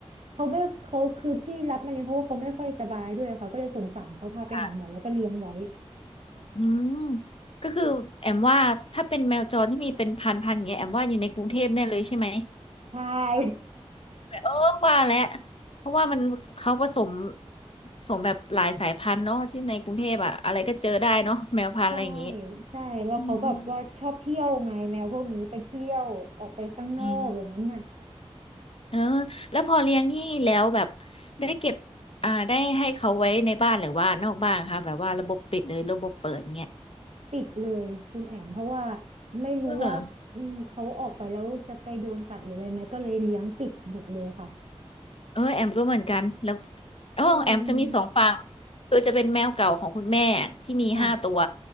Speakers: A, on the right (about 80°); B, on the left (about 60°).
A: เขาไม่เขาคือที่รับมาเลี้ยงเพราะว่าเขาไม่ค่อยสบายด้วยค่ะก็เลยสงสารเขาพาไปหาหมอแล้วก็เลี้ยงไว้
B: ค่ะอืมก็คือแอมว่าถ้าเป็นแมวจรที่มีเป็นพันพันอย่างเงี้ยแอมว่าอยู่ในกรุงเทพแน่เลยใช่ไหม
A: ใช่
B: เออว่าแหละเพราะว่ามันเขาผสมผสมแบบหลายสายพันธุ์เนาะที่ในกรุงเทพอะอะไรก็เจอได้เนาะแมวพันธุ์อะไรอย่างงี้
A: <laughs> ใช่ใช่แล้วเขาแบบว่าชอบเที่ยวไงแมวพวกนี้ไปเที่ยวออกไปข้างนอกอย่างนั้นน่ะ
B: อืมอืมอืม เออแล้วพอเลี้ยงนี่แล้วแบบได้เก็บอ่าได้ให้เขาไว้ในบ้านหรือว่านอกบ้านคะแบบว่าระบบปิดหรือระบบเปิดเงี้ย
A: ปิดเลยคุณแอมเพราะว่าไม่รู้ว่าอืมเขาออกไปแล้วจะไปโดนกัดหรืออะไรไหมก็เลยเลี้ยงปิดหมดเลยค่ะ
B: เออเออแอมก็เหมือนกันแล้วโอ้แอมจะมีสองฝั่ง
A: นี่เอง
B: คือจะเป็นแมวเก่าของคุณแม่ที่มีห้าตัว
A: ค่ะ